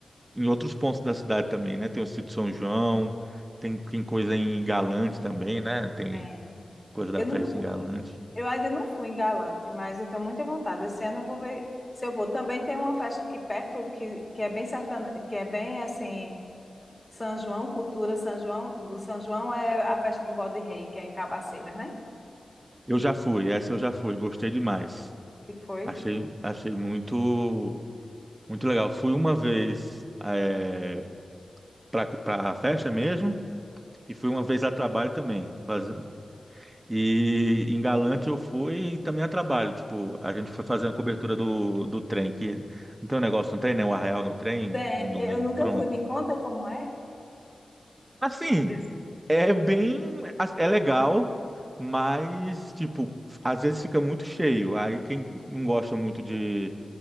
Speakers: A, on the right; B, on the left.
A: em outros pontos da cidade também, né? Tem o Sítio São João, tem, tem coisa em Galante também, né? Tem
B: Tem.
A: coisa da
B: Eu
A: festa
B: nunca fui.
A: em Galante.
B: Eu ainda não fui em Galante, mas eu tenho muita vontade. Esse ano eu vou ver se eu vou. Também tem uma festa aqui perto que, que é bem sertane... que é bem assim, São João, cultura São João, do São João é a festa do Bode Rei, que é em Cabaceiras, né?
A: Eu já fui, essa eu já fui, gostei demais.
B: Que foi.
A: Achei, achei muito, muito legal. Fui uma vez, eh, para a festa mesmo. E fui uma vez a trabalho também. fazendo- E em Galante eu fui também a trabalho. Tipo, a gente foi fazer uma cobertura do, do trem, que não tem um negócio no trem, né? O arraial no trem,
B: Tem,
A: num domingo,
B: eu nunca
A: pronto.
B: fui. Me conta como é?
A: Assim,
B: Isso.
A: é bem, é legal, mas, tipo, às vezes fica muito cheio. Aí quem não gosta muito de,